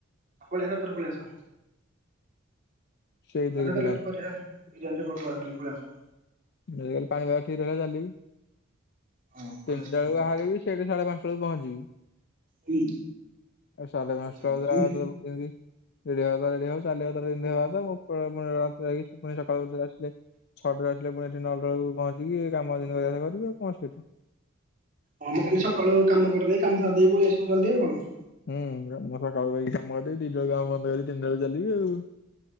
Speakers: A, on the right; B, on the left.
A: <unintelligible> ସତରେ ପଳେଇଆସ।
B: ସେଇଥିରେ
A: ଆସ
B: କିଛି
A: କାଲି
B: ନାହିଁ
A: ଗୋଟେ କରିବା ବିରିୟାନୀ ଟେ କରିଦବା କାଲି ପଳେଇ ଆସ।
B: <unintelligible> ପାଣିିପାଗ ଠିକ ରହିବ ଚାଲିବି।
A: ହଁ। ପଳେଇ
B: ତିନିଟା
A: ଆସ ପଳେଇ
B: ବେଳକୁ
A: ଆସ
B: ବାହାରିବି ସେଇଠି ସାଢେ ପାଞ୍ଚଟା ବେଳକୁ ପହଞ୍ଚିବି।
A: ହୁଁ
B: ସାଢ଼େ
A: କିଛି
B: ପାଞ୍ଚ୍
A: ହେଲାନି।
B: ଟାରେ ଯାହା ଦବ ରେଡି ରେଡି ହବା‌ କଥା ଯଦି ରେଡି ହବ <unintelligible> <unintelligible> ସକାଳୁ ଉଠିଲା <unintelligible> ଛ ଟାରେ ଆସିଲେ ପୁଣି ଏଠି ନଟା ଳକୁ ପହଞ୍ଚିକି କାମ ଯେମିତି କରିବି ଆଉ କଣ ଅସୁବିଧା।
A: ହଁ ମୁଁ କାଲି ସକାଳୁ କାମ କରିଦେଇ କାମ ସାରି ଦେଇ ପଳେଇ ଆସିବୁ ଜଲଦି ଆଉ କଣ।
B: ହୁଁ ମୁଁ ସକାଳୁ ଯାଇକି କାମ କରିବି ଦିଟା ବେଳକୁ କାମ ବନ୍ଦ କରିିବି ତିନିଟା ବେଳକୁ ଚାଲିବି ଆଉ।